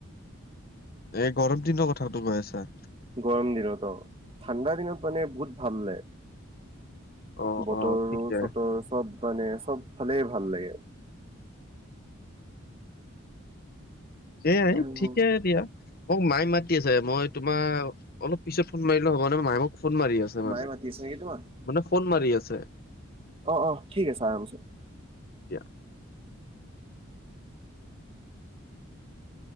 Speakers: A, on the left (about 45°); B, on the right (about 25°).
A: এ গৰম দিনৰ কথাটো কৈ আছা?
B: গৰম দিনত অ', ঠাণ্ডা দিনত মানে বহুত ভাল লাগে।
A: অ
B: বতৰো-চতৰ
A: অ ঠিকে
B: চ'ব মানে চ'ব ফালে ভাল লাগে।
A: সেয়াই
B: আৰু
A: ঠিকে দিয়া। মোক মায়ে মাতি আছে, মই তোমাৰ অলপ পিছত ফোন মাৰিলে হ'ব নহয়, মায়ে মোক ফোন মাৰি আছে। মানে
B: মায়ে মাতি আছে নেকি তোমাক
A: মানে ফোন মাৰি আছে।
B: অ', অ', ঠিক আছে, আৰমচে।
A: এতিয়া